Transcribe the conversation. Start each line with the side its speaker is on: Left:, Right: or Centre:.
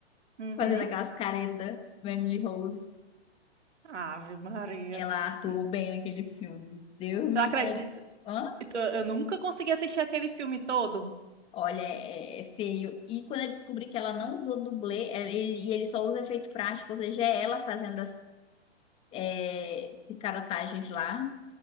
Right: Uhum.
Left: Fazendo aquelas caretas, Emily Rose.
Right: Ave Maria.
Left: Ela atuou
Right: N-
Left: bem naquele filme. Deus me...
Right: Eu acredito.
Left: Hã?
Right: Eu eu nunca consegui assistir aquele filme todo.
Left: Olha, é, é feio. E quando eu descobri que ela não usou dublê, é, ele- e ele só usa efeito prático, ou seja, é ela fazendo as é, picarotagens lá.